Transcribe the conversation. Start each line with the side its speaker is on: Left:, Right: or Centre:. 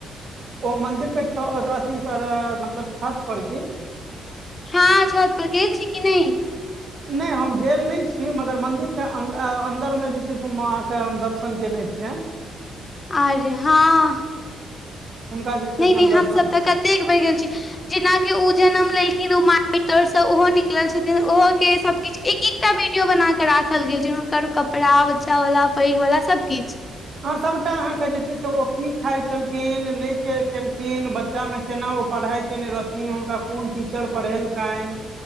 Right: ओ मंदिर केथी पर मतलब छत पर की
Left: हँ छत पर गेल छी कि नहि।
Right: नहि हम गेल नहि छी मगर मन्दिरके अन्दरमे जे छै से हम अहाँकेँ हम दर्शन कयने छियनि। <inaudible>
Left: <unintelligible> हँ
Right: हुनका जे छै
Left: नहि
Right: से
Left: नहि
Right: हम दर्शन
Left: हमसभ
Right: केने
Left: तऽ कतेक
Right: छी।
Left: बेर गेल छी। जेनाकि ओ जनम लेलखिन ओ माइट तरसँ ओहो निकल छथिन ओहोोक के सब किछ एक एक एकटा वीडियो बना कऽ राखल गेल छै हुनकर कपड़ा बच्चा वाला पैघ वाला सब किछु।
Right: अ सभटा अहाँके जे छै से ओ की खाइत छलखिन नहि केलखिन बच्चामे केना ओ पढ़ाई केने रहथिन हुनका कोन टीचर पढ़ेलकनि।